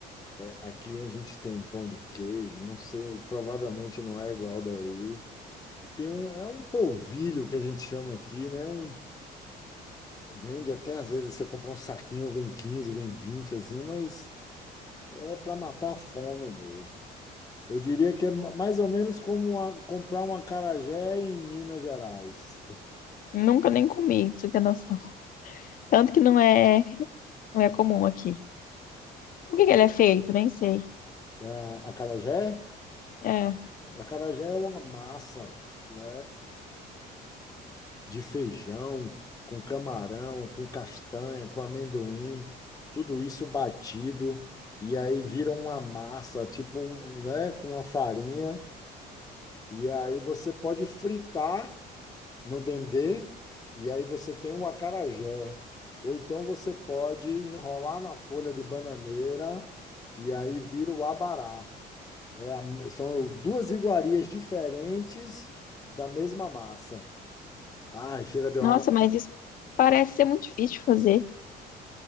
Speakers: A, on the left (about 20°); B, on the left (about 55°).
A: Aqui a gente tem pão de queijo, não sei, provavelmente não é igual daí. Tem um, é um polvilho que a gente chama aqui, né? Um, vende até às vezes você compra um saquinho, vem 15, vem 20, assim, mas é para matar a fome mesmo. Eu diria que é ma- mais ou menos como uma- comprar um acarajé em Minas Gerais.
B: Nunca nem comi, pra você ter noção. Tanto que não é, não é comum aqui. Com o que
A: A,
B: que ele é feito? Nem sei.
A: é, acarajé?
B: É.
A: Acarajé é uma massa, né? de feijão, com camarão, com castanha, com amendoim, tudo isso batido, e aí vira uma massa, tipo, um, né, com uma farinha, e aí você pode fritar no dendê, e aí você tem o acarajé. Ou então você pode enrolar na folha de bananeira, e aí vira o abará. É a- são duas iguarias diferentes da mesma massa. Ai, chega, deu
B: Nossa,
A: água
B: mas isso parece ser muito difícil de fazer.